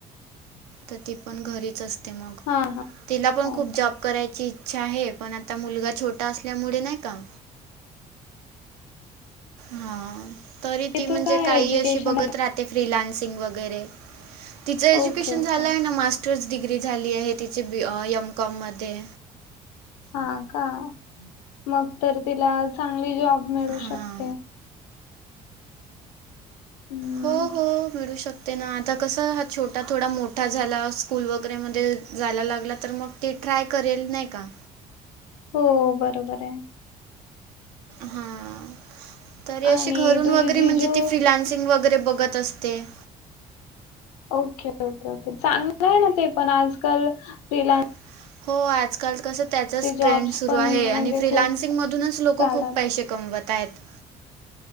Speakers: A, on the right; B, on the left.
A: तर ती पण घरीच असते मग,
B: हा हा हा
A: तिला पण
B: ओके
A: खूप जॉब करायची इच्छा आहे, पण आता मुलगा छोटा असल्यामुळे नाही का हा, तरी
B: तिचं
A: ती म्हणजे
B: काय
A: काही
B: एज्युकेशन
A: अशी बघत
B: आहे
A: राहते फ्रीलान्सिंग वगैरे तिचं एज्युकेशन
B: ओके ओके
A: झालं आहे ना, मास्टर्स डिग्री झाली आहे तिचे ब एमकॉम मध्ये.
B: हा का,, मग तर तिला चांगली जॉब मिळू
A: हां
B: शकते. हम्म
A: हो हो, मिळू शकते ना, आता कसं, हा छोटा थोडा मोठा झाला, स्कूल वगैरेमध्ये जायला लागला, तर मग ते ट्राय करेल नाही का.
B: हो बरोबर आहे.
A: हां, तरी अशी
B: आणि
A: घरून
B: तुझे
A: वगैरे
B: जिजू
A: म्हणजे ती फिलान्सिंग वगैरे बघत असते. ते.
B: ओके ओके ओके चांगलं आहे ना ते पण आजकाल फला्स.
A: <unintelligible> आजकाल कसं त्याचाच ट्रेंड
B: जॉब्स पण
A: आहे आणि
B: म्हणजे
A: फ्रीिलान्सिंग
B: खूप
A: मधूनच लोक
B: चालतात.
A: खूप पै शकात. कमवता आहेत.